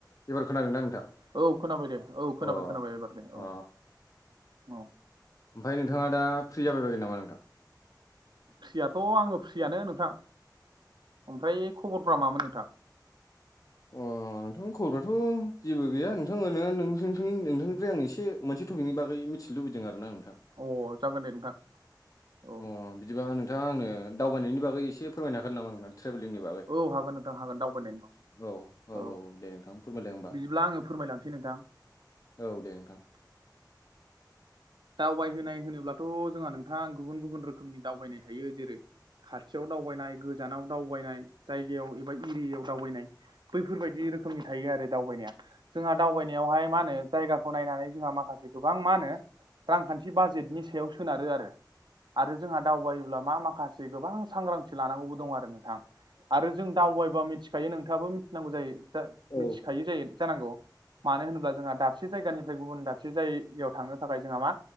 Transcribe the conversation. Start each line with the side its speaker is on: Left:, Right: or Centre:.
Left: एबार खोनादों ना नोंथां
Right: औ खोनाबाय दे औ
Left: अ
Right: खोनाबाय खोनाबाय एबार दे
Left: अ
Right: औ औ
Left: आमफ्राय नोंथा दा फ्रि जाबायबायगोन नामा नोंथां
Right: फ्रियाथ' आङो फ्रिआनो नोंथां आमफ्राय खबरफ्रा मामोन नोंथां
Left: ओ नोंथांनि खबरथ' जेबो गैया नोंथां आं ओरैनो नोंनि नोंथांनिफ्राय आं एसे मोनसे टपिकनि बागै मिथि मिथि लुबैदों आरो ना नोंथां
Right: अ जागोन दे नोंथां औ
Left: अ बिदिबा नोंथांआ आंनो दावबायनायनि बागै एसे फोरमायनो हागोन नामा नोंथा ट्रेभेलिंनि बागै
Right: औ हागोन नोंथां हागोन दावबायनायनि खौ
Left: औ
Right: औ
Left: दे नोंथां फोरमायलाय होमबा
Right: बिदिबा आङो फोरमायलांसै नोंथां
Left: औ दे नोंथां
Right: दावबायहोनाय होनोब्लाथ' जोंहा नोंथां गुबुन गुबुन रोखोमनि दावबायनाय थायो जेरै खाथिखव दावबायनाय गोजानाव दावबायनाय जायगायाव एबा एरियाआव दावबायनाय बैफोरबादि रोखोमनि थायो आरो दावबायनाया जोंहा दावबायनायावहाय मा होनो जायगाखौ नायनानै जोंहा माखासे गोबां मा होनो रांखान्थि बाजेथनि सायाव सोनारो आरो आरो जोंहा दावबायोब्ला मा माखासे गोबां सांग्रांथि लानांगौबो दं आरो नोंथां आरो जों दावबायबा मिथिखायो नोंथांआबो मिथिनांगौ जायो
Left: औ
Right: मिथिखायो जायो जानांगौ मानो होनोबा जोंहा दाबसे जायगानिफ्राय गुबुन दाबसे जायगायाव थांनो थाखाय जोंहा मा